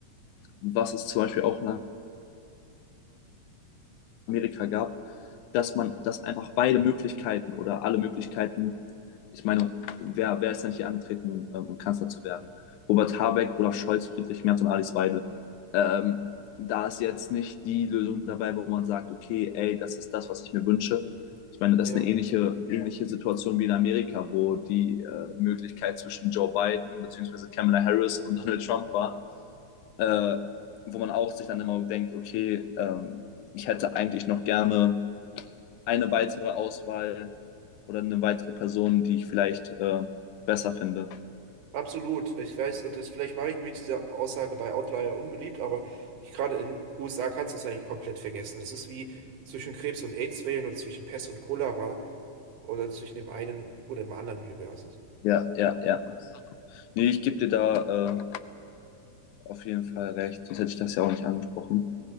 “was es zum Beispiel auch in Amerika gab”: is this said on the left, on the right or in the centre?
Left